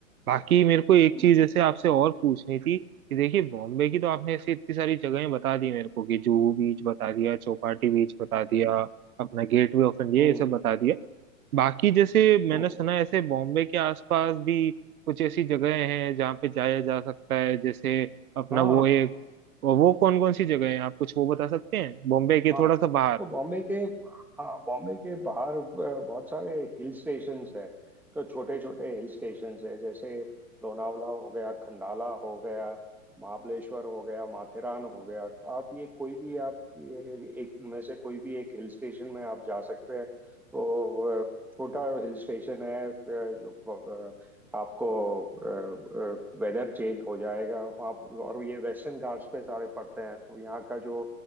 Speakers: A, on the right (about 80°); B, in the centre.
A: बाकी मेरे को एक
B: हम्म
A: चीज जैसे
B: हम्म
A: आपसे और पूछनी थी कि देखिए बॉम्बे की तो आपने ऐसी इतनी सारी जगहें बता दी मेरे को कि जुहू बीच बता दिया चौपाटी बीच बता दिया अपना गेटवे ऑफ इंडिया
B: हम्म,
A: ये सब बता दिया बाकी जैसे मैंने
B: हम्म।
A: सुना है ऐसे बॉम्बे के आसपास भी कुछ ऐसी जगहें हैं जहाँ पे जाया जा सकता है जैसे अपना
B: हाँ
A: वो
B: हाँ।
A: एक वो कौन कौन सी जगह है आप कुछ वो बता सकते हैं बॉम्बे के
B: हाँ
A: थोड़ा सा बाहर
B: तो बॉम्बे के हाँ बॉम्बे के बाहर अ, बहुत सारे हिल स्टेशंस हैं तो छोटे छोटे हिल स्टेशंस हैं जैसे लोनावला हो गया खंडाला हो गया महाबलेश्वर हो गया माथेरान हो गया तो आप ये कोई भी आप ये एक इनमें से कोई भी एक हिल स्टेशन में आप जा सकते हैं तो अ, छोटा हिल स्टेशन है अ, जो अ, आपको वेदर चेंज हो जाएगा वहाँ और ये वेस्टर्न घाट्स पे सारे पड़ते हैं तो यहाँ का जो